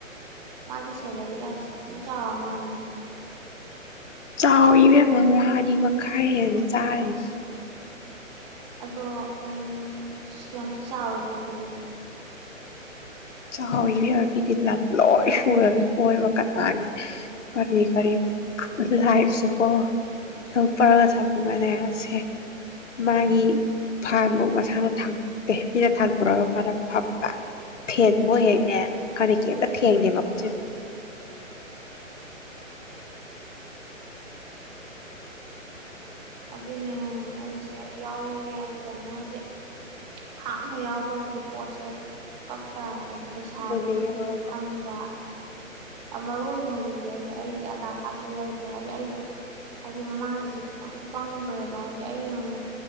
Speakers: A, on the right; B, on the left.
A: ꯃꯥꯗꯤ ꯁꯦꯂꯔꯤꯒ ꯁꯥꯊꯤꯟ ꯆꯥꯔ ꯃꯥꯜꯂꯤꯅꯦ꯫
B: ꯆꯥꯎꯋꯤ ꯏꯕꯦꯝꯃ <unintelligible> ꯑꯅꯤ ꯃꯈꯥꯏ ꯆꯥꯔꯤꯁꯦ
A: ꯑꯗꯣ ꯎꯝ ꯌꯥꯝ ꯊꯤ ꯆꯥꯎꯔꯦꯀꯣ ꯑꯗꯨꯗꯤ
B: ꯆꯥꯎꯋꯤ ꯏꯕꯦꯝꯃ ꯃꯤꯗꯤ ꯂꯝ ꯂꯣꯏ ꯁꯨꯔꯝꯃꯤ ꯀꯣꯏꯕ ꯀꯅꯥꯒꯤ ꯀꯔꯤ ꯀꯔꯤ ꯂꯥꯏꯐ ꯁꯦꯀꯣ ꯍꯦꯜ ꯄꯔꯒ ꯊꯝꯃꯒꯅꯦ ꯁꯦ ꯃꯥꯒꯤ ꯐꯥꯟ ꯕꯨꯛ ꯃꯁꯥꯅ ꯊꯥꯡꯗꯣꯛꯇꯦ ꯃꯤꯅ ꯊꯥꯡꯗꯣꯔꯑꯒ ꯃꯥꯅ ꯐꯝꯕ ꯐꯦꯟ ꯕꯧ ꯍꯦꯛꯅꯦ ꯈꯪꯗꯦ ꯀꯔꯤꯝꯇ ꯊꯦꯡꯗꯦ ꯃꯈꯨꯠꯁꯤꯅ
A: ꯑꯗꯨꯅꯦ ꯑꯩꯁꯦ ꯌꯥꯎꯅꯤꯡꯉꯦ ꯑꯗꯨꯗꯅꯦ ꯍꯥꯏꯗꯤ ꯍꯥꯞꯅ ꯌꯥꯎꯕꯒꯤꯗꯤ ꯄꯣꯠꯁꯦ ꯀꯛ ꯇꯔꯒꯗꯤ ꯄꯩꯁꯥꯥꯁꯦ
B: ꯑꯗꯨꯗ
A: ꯁꯤꯒꯤꯁꯨ
B: ꯌꯥꯎꯔꯒ
A: ꯈꯟꯕ ꯑ ꯃꯔꯨ ꯑꯣꯏꯅ ꯍꯧꯖꯤꯛ ꯑꯩꯒꯤ ꯑꯙꯥꯀꯥꯠ ꯂꯩꯇꯦ ꯍꯥꯏꯗꯤ ꯑꯩꯁꯨ ꯍꯥꯏꯗꯤ ꯃꯃꯥꯡꯒꯤꯁꯦ ꯈꯤꯇꯪ ꯄꯪꯒ꯭ꯔꯦꯕ ꯍꯥꯏꯗꯤ ꯑꯩꯅ ꯑꯃꯨꯛ